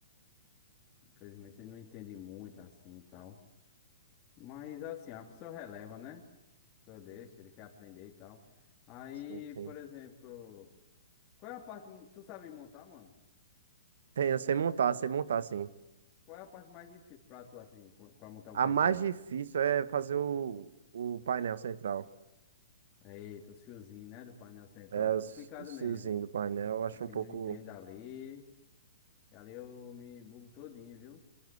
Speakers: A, on the left (about 30°); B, on the right (about 70°).
A: Infelizmente, ele não entende muito assim e tal. Mas assim, a pessoa releva, né? A pessoa deixa, ele quer aprender e tal. Aí,
B: Sim, sim.
A: por exemplo, qual é a parte. Tu sabe montar, mano?
B: Tem, eu sei montar, sei montar, sim.
A: Qual é a parte mais difícil pra tu, assim, co- pra montar um
B: A
A: PC?
B: mais difícil é fazer o, o painel central.
A: Eita, os fiozinhos, né? Do painel central.
B: É,
A: É complicado
B: os, os
A: mesmo.
B: fiozinhos do painel, eu acho
A: Pra quem
B: um pouco.
A: não entende ali. E ali eu me bugo todinho, viu?